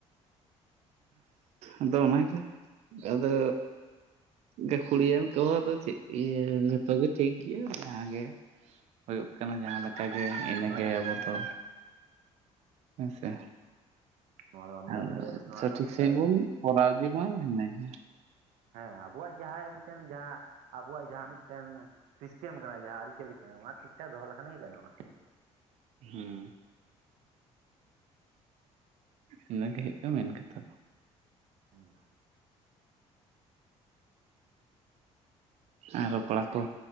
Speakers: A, on the right (about 65°); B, on the right (about 80°).
A: ᱟᱫᱚ ᱚᱱᱟᱜᱮ ᱟᱫᱚ ᱜᱟᱹᱠᱷᱩᱲᱤᱭᱟᱱ ᱠᱚᱦᱚ ᱫᱚ ᱪᱮᱫ ᱤᱭᱟᱹ ᱡᱚᱛᱚ ᱜᱮ ᱴᱷᱤᱠ ᱜᱮᱭᱟ ᱡᱟᱦᱟᱸ ᱜᱮ ᱦᱩᱭᱩᱜ ᱠᱟᱱᱟ ᱡᱟᱦᱟᱸ ᱞᱮᱠᱟᱜᱮ ᱤᱱᱟᱹᱜᱮ
B: ᱦᱮᱸ
A: ᱟᱵᱚ ᱫᱚ ᱦᱮᱸ ᱥᱮ
B: ᱱᱚᱣᱟ ᱫᱚ ᱵᱟᱢ ᱞᱟᱹᱭ
A: ᱟᱨ
B: ᱦᱚᱪᱚ ᱫᱟᱲᱮᱭᱟᱜᱼᱟ ᱥᱮ ᱱᱚᱣᱟ
A: ᱥᱚᱴᱷᱤᱠ
B: ᱫᱚ ᱥᱮᱛᱟᱭ
A: ᱥᱚᱦᱤᱡ ᱵᱚᱱ ᱠᱚᱨᱟᱣ ᱤᱫᱤᱢᱟ ᱤᱱᱟᱹ ᱜᱮ
B: ᱦᱮᱸ ᱟᱵᱚᱣᱟᱜ ᱡᱟᱦᱟᱸ ᱢᱤᱫᱴᱮᱱ ᱡᱟᱦᱟᱸ ᱟᱵᱚᱣᱟᱜ ᱡᱟᱦᱟᱸ ᱢᱤᱫᱴᱮᱱ ᱥᱤᱥᱴᱮᱢ ᱠᱟᱱᱟ ᱡᱟᱦᱟᱸ ᱟᱹᱨᱤᱪᱟᱹᱞᱤ ᱠᱟᱱᱟ ᱚᱱᱟ ᱴᱷᱤᱠ ᱴᱷᱟᱠ ᱫᱚᱦᱚ ᱞᱮᱠᱷᱟᱱ ᱜᱮ ᱜᱟᱱᱚᱜᱼᱟ
A: ᱦᱩᱸ ᱤᱱᱟᱹᱜᱮ
B: ᱵᱟᱠᱷᱟᱡ
A: ᱦᱩᱭᱩᱜ ᱠᱟᱱᱟ ᱢᱮᱱ ᱠᱟᱛᱷᱟ ᱫᱚ
B: <inaudible>
A: ᱟᱨ ᱦᱚᱸ ᱠᱚᱲᱟ ᱠᱚ